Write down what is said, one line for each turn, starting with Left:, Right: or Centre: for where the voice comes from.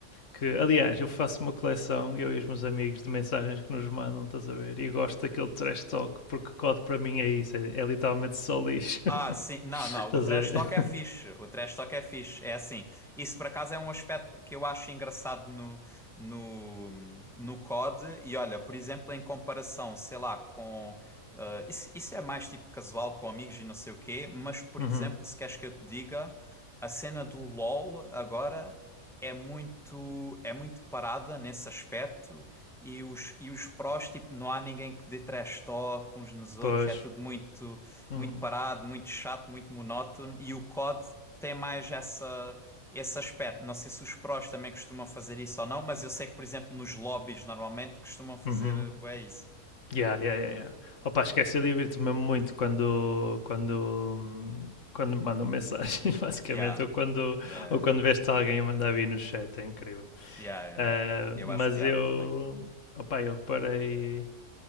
Left: que, aliás, eu faço uma coleção, eu e os meus amigos, de mensagens que nos mandam, estás a ver? E gosto daquele trash talk, porque código para mim é isso, é, é literalmente só lixo. <laughs>
Centre: Ah, sim. Não,
Left: Estás
Centre: não. O trash
Left: a ver?
Centre: talk é fixe. O trash talk é fixe. É assim. Isso, por acaso, é um aspecto que eu acho engraçado no, no, no COD. E olha, por exemplo, em comparação, sei lá, com. ah, isso, isso é mais tipo casual com amigos e não sei o quê. Mas, por
Left: Uhum,
Centre: exemplo, se queres que eu te diga, a cena do LOL agora é muito, é muito parada nesse aspecto. E os, e os prós, tipo, não há ninguém que dê trash talk uns nos outros.
Left: pois.
Centre: É tudo muito
Left: Uhum,
Centre: muito parado, muito chato, muito monótono e o COD tem mais essa esse aspecto. Não sei se os prós também costumam fazer isso ou não, mas eu sei que, por exemplo, nos lobbies normalmente costumam fazer
Left: uhum.
Centre: eh, bué isso.
Left: Yeah, yeah, yeah, yeah. Opa, esquece, eu divirto-me muito quando, quando, hum, quando me mandam mensagens, <laughs> basicamente,
Centre: Yeah.
Left: ou quando,
Centre: Yeah,
Left: ou quando veste alguém a mandar vir no chat, é incrível.
Centre: yeah, yeah,
Left: Ah,
Centre: eu, eu
Left: mas
Centre: acho piada
Left: eu,
Centre: também.
Left: opa, eu reparei...